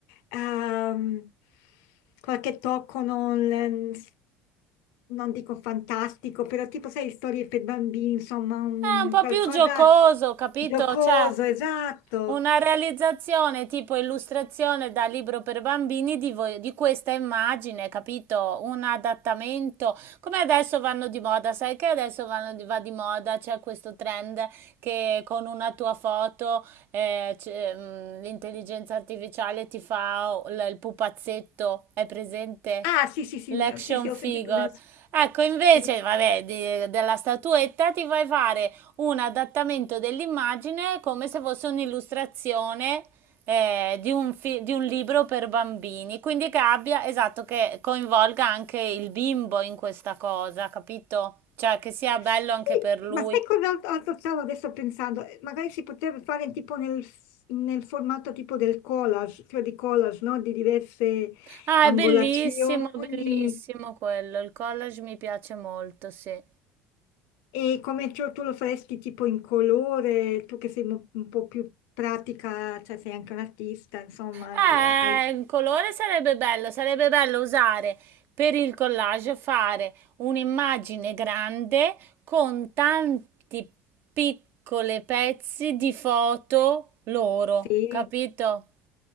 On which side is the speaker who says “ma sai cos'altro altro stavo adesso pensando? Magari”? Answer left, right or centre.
Left